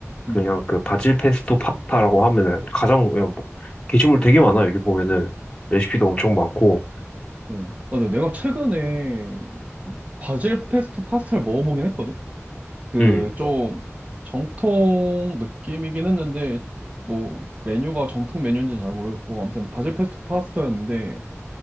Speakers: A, on the right; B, on the left.
A: 음.
B: 그냥 그 바질 페스토 파스타라고 하면은 가장 그냥 뭐, 게시물 되게 많아. 여기 보면은 레시피도 엄청 많고.
A: 어. 어, 근데 내가 최근에 바질 페스토 파스타를 먹어보긴 했거든? 그
B: 음,
A: 좀 정통 느낌이긴 했는데 뭐 메뉴가 정통 메뉴인지는 잘 모르겠고 아무튼 바질 페스토 파스타였는데